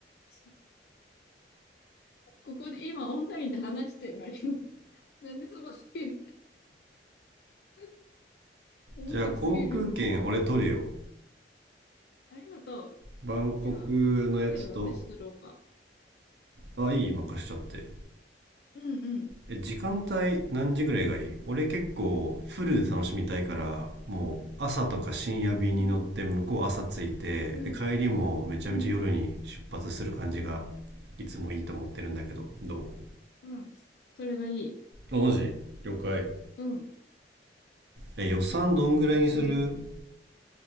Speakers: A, on the left (about 60°); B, on the right (about 75°).
A: さここで今オンラインで話してるのに <laughs> なんでその先 <laughs> 面白すぎる。
B: じゃあ航空券俺取るよ
A: ありがと
B: バンコクのやつと
A: う。じゃあ、ホテル私取ろうか。
B: あいい任しちゃって
A: うんうん。
B: え時間帯何時ぐらいがいい俺結構フルで楽しみたいからもう朝とか深夜便に乗って向こう朝着いてで帰りもめちゃめちゃ夜に出発する感じが
A: うん、うん、うん、
B: いつもいいと思ってるんだけどど
A: うん。それがいい。
B: うあマジ了解
A: うん。
B: え予算どんぐらいにする
A: 楽しみ。